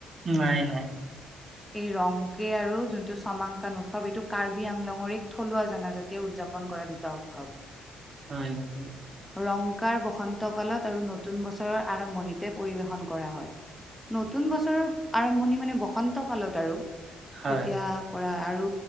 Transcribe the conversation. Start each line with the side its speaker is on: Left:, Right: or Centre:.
Right: নাই, নাই।
Centre: এই ৰংক্ৰে আৰু যোনটো ছমাংকান উৎসৱ এইটো কাৰ্বি আংলঙৰ এক থলুৱা জনাজা তিয়ে উদযাপন কৰা দুটা উৎসৱ।
Right: হয় নেকি?
Centre: ৰংকাৰ বসন্তকালত আৰু নতুন বছৰৰ আৰম্ভণিতে পৰিবেশন কৰা হয়। নতুন বছৰৰ আৰম্ভণি মানে বসন্তকালত আৰু।
Right: হয়
Centre: তেতিয়া কৰা আৰু